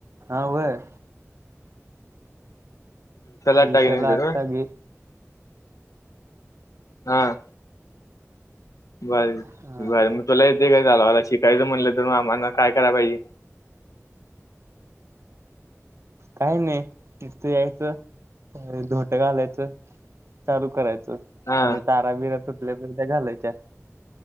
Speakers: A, on the right (about 55°); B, on the left (about 90°).
A: हा वय
B: आठ
A: दिवसाला
B: टाके निघत्यात
A: आठ
B: होय
A: तागे
B: हां,, बर
A: हा
B: बर, मग तुला येतय काय? चालवायला शिकायचं म्हणलं, तर आम्हाना काय कराय पाहिजे? <unintelligible>
A: काही नाही,, नूसत यायचं, धोट घालायचं, चालू करायच
B: हा
A: आणि तारा बिरा तुटल्या तरी त्या घालायच्या.